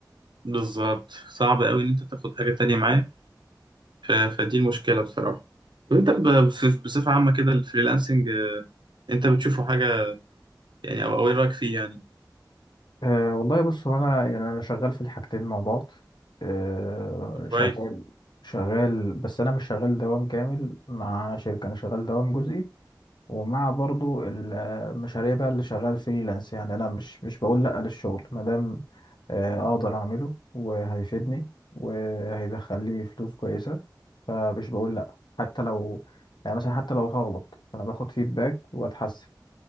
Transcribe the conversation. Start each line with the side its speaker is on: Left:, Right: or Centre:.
Right: بالظبط صعب قوي ان انت تاخد حاجة تانية معاك ف- فدي المشكلة بصراحة وانت ب- بصف- بصفة عامة كده الفريلانسنج آه، انت بتشوفه حاجة يعني او او ايه رأيك فيه يعني
Left: أه والله بص هو انا يعني انا شغال في الحاجتين مع بعض أه
Right: طب
Left: شغال
Right: كويس
Left: شغال بس انا مش شغال دوام كامل مع شركة انا شغال دوام جزئي ومع برضو المشاريع بقى اللي شغال فريلانس يعني انا مش مش بقول لا للشغل ما دام آه، اقدر اعمله وهيفيدني وهيدخل لي فلوس كويسه فمش بقول لا حتى لو يعني مثلا حتى لو هغلط فانا باخد فيدباك واتحسن